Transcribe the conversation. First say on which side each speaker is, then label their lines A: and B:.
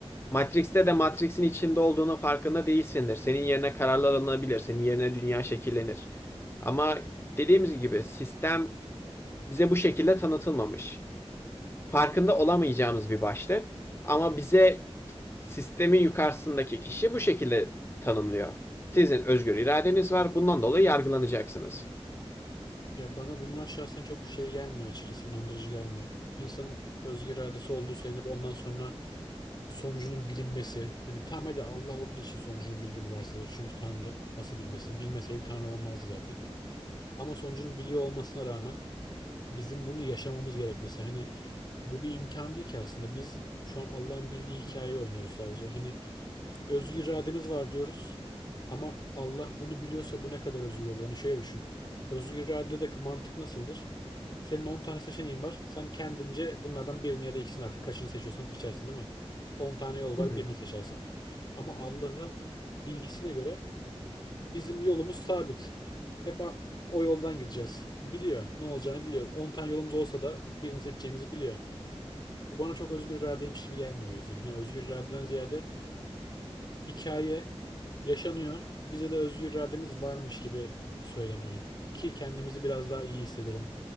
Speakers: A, on the left; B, on the left.
A: Matrix'te de Matrix'in içinde olduğunun farkında değilsindir. Senin yerine kararlar alınabilir. Senin yerine dünya şekillenir.
B: hı
A: Ama
B: hı.
A: dediğimiz gibi sistem bize bu şekilde tanıtılmamış. Farkında olamayacağımız bir başlık. Ama bize sistemin yukarısındaki kişi bu şekilde tanımlıyor. Sizin özgür iradeniz var. Bundan dolayı yargılanacaksınız.
B: Ya bana bunlar şahsen çok şey gelmiyor açıkçası, inandırıcı gelmiyor. İnsanın özgür iradesi olduğu söylenip ondan sonra sonucunun bilinmesi. Hani tamam hadi Allah olduğu için sonucunu bildiğini varsayıyoruz. Çünkü Tanrı nasıl bilmesin? Bilmeseydi Tanrı olmazdı zaten. Ama sonucunu biliyor olmasına rağmen bizim bunu yaşamamız gerekmesi. Hani bu bir imtihan değil ki aslında. Biz şu an Allah'ın bildiği hikayeyi oynuyoruz sadece. Hani özgür irademiz var diyoruz. Ama Allah bunu biliyorsa bu ne kadar özgür oluyor? Yani şöyle düşün. Özgür iradedeki mantık nasıldır? Senin 10 tane seçeneğin var. Sen kendince bunlardan birini ya da ikisini artık kaçını seçiyorsan seçersin değil mi? 10 tane yol var
A: Hı hı.
B: birini seçersin. Ama Allah'ın bilgisine göre bizim yolumuz sabit. Hep o yoldan gideceğiz. Biliyor. Ne olacağını biliyor. on tane yolumuz olsa da birini seçeceğimizi biliyor. Bu bana çok özgür iradeymiş gibi gelmiyor o yüzden. Hani özgür iradeden ziyade hikaye yaşanıyor. Bize de özgür irademiz varmış gibi söyleniyor. Ki kendimizi biraz daha iyi hissedelim